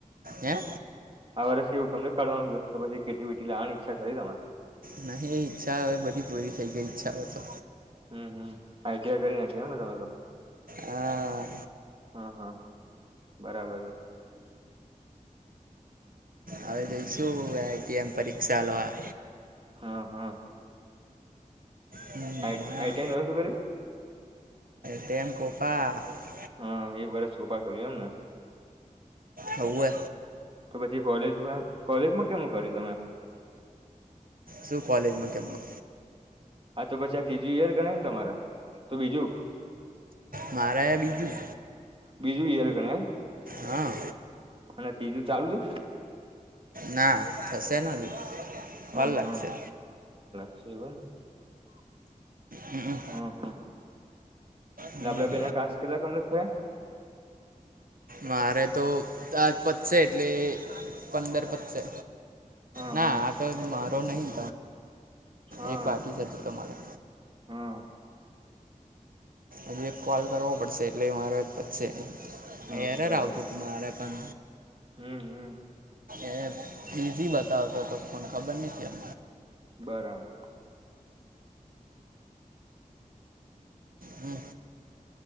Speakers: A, on the right (about 85°); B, on the right (about 40°).
A: હે
B: આ વર્ષ એવું <unintelligible> કાઢવાનું છે, તો પછી કેટી વેટી લાવવાની ઈચ્છા ખરી તમારી?
A: નહીં ઈચ્છા હવે બધી પૂરી થઈ ગઈ ઈચ્છાઓ તો.
B: હમ્મ-હમ્મ. આઈ ટી આઈ કરી નાખી એમ ને તમે તો.
A: હા
B: હા, હા બરાબર છે.
A: હવે જઈશું એ ટી એમ પરીક્ષા લેવા.
B: હા, હા.
A: હમ,
B: આઈટ <unintelligible>
A: હા
B: શું કર્યું?
A: <unintelligible>
B: હા. એ <unintelligible> શોભા કર્યું એમને.
A: હવે
B: તો પછી કોલેજમાં-કોલેજમાં કેમ કર્યું તમે?
A: શું કોલેજમાં કેમ કર્યું?
B: આ તો પછી આ ત્રીજી યર ગણાય હે ને તમારે? તો બીજું?
A: મારે બીજું.
B: બીજું યર ગણાય એમ?
A: હા
B: અને તીજું ચાલુ છે?
A: ના થશે <inaudible>
B: હમ
A: વાર લાગશે.
B: હમ <unintelligible>
A: હમ,
B: હા, હા. પહેલા
A: હમ.
B: આપડા બે ના ટાકસ કેટલા કમ્પલીટ થયા?
A: મારે તો આ જ પતશે એટલે પંદર પતશે.
B: હમ
A: ના,
B: હમ
A: આ તો મારો નહીં.
B: હા
A: એક બાકી છે તો તમારો.
B: હમ
A: હજી એક કોલ કરવો પડશે એટલે મારે પતશે.
B: હા
A: એરર
B: બરાબર.
A: આવતું હતું મારા કન
B: હમ્મ-હમ્મ.
A: એ બીઝી બતાવતો તો ફોન, ખબર નહીં કેમ.
B: બરાબર.
A: હમ